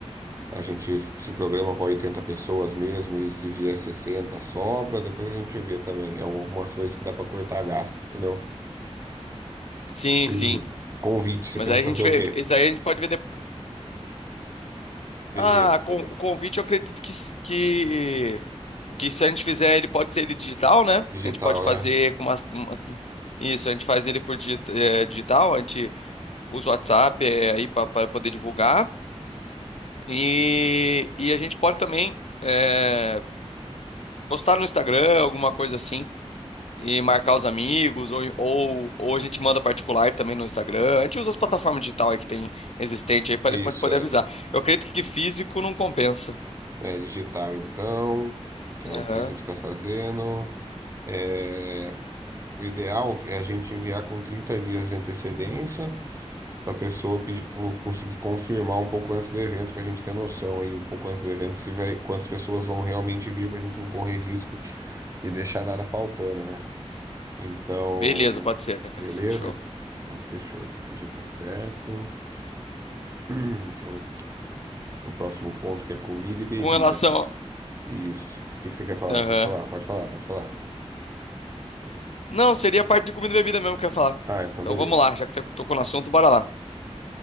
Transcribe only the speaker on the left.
Sim,
sim.
Mas
aí a
gente
vê,
isso aí a gente pode ver depois.
Ah,
con- o convite eu acredito que, s- que, que se a gente fizer ele, pode ser ele digital, né?
A gente pode fazer
com umas, umas- isso, a gente faz ele por digi- eh, digital, a gente usa o WhatsApp eh, aí para poder divulgar. E, e a gente pode também eh, postar no Instagram, alguma coisa assim, e marcar os amigos, ou, ou, ou a gente manda particular também no Instagram. A gente usa as plataformas digitais aí que tem existente aí para
poder
avisar.
Eu acredito que físico não compensa.
Aham.
Beleza, pode ser.
Fechou.
Com relação.
a-
Aham.
Não, seria a parte de comida e bebida mesmo que eu ia falar.
Então
vamos lá, já que você tocou no assunto, bora lá. O